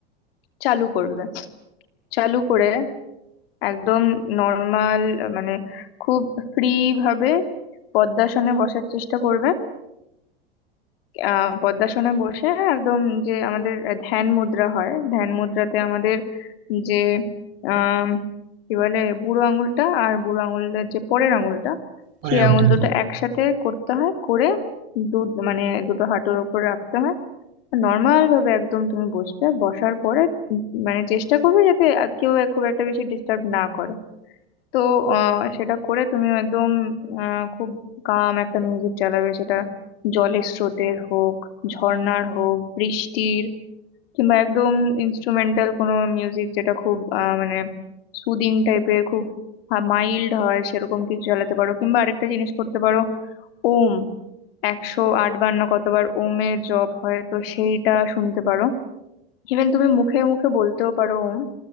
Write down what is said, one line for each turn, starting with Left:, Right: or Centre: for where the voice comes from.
Left: চালু করবে চালু করে একদম নর্মাল মানে খুব ফ্রি ভাবে পদ্মাসনে বসার চেষ্টা করবে আহ পদ্মাসনে বসে একদম যে আমাদের ধ্যান মুদ্রা হয় ধ্যান মুদ্রাতে আমাদের যে আহ কি বলে বুড়ো আঙুলটা আর বুড়ো আঙুলের যে পরের আঙুলটা
Right: পরে
Left: সেই
Right: ওটা
Left: আঙুল
Right: নিয়ে।
Left: দুটো একসাথে করতে হয় করে দু মানে দুটো হাঁটুর উপর রাখতে হয় নর্মাল ভাবে একদম তুমি বসবে বসার পরে উম মানে চেষ্টা করবে যাতে আর কেউ এক- খুব একটা বেশি ডিস্টার্ব না করে তো আহ, সেটা করে তুমি একদম আহ, খুব কাম একটা মিউজিক চালাবে সেটা জলের স্রোতের হোক ঝর্ণার হোক বৃষ্টির কিংবা একদম ইনস্ট্রুমেন্টাল কোনো মিউজিক যেটা খুব আহ, মানে সুদিং টাইপের খুব মাইল্ড হয় সেরকম কিছু চালাতে পারো কিংবা আরেকটা জিনিস করতে পারো ওম একশো আট বার না কতবার ওমের জপ হয় তো সেইটা শুনতে পারো ইভেন তুমি মুখে মুখে বলতেও পারো ওম